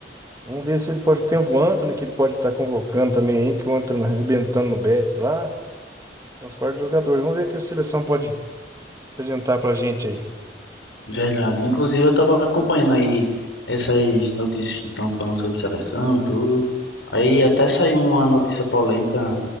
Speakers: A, on the right; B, on the left.
A: Vamos ver se ele pode. Tem o Antony que ele pode estar convocando também aí, que o Antony arrebentando no Betis lá. Tem uns par de jogadores. Vamos ver o que a seleção pode apresentar pra gente aí.
B: verdade. Inclusive, eu tava acompanhando aí essas notícias que estão falando sobre seleção e tudo. Aí até saiu uma notícia polêmica,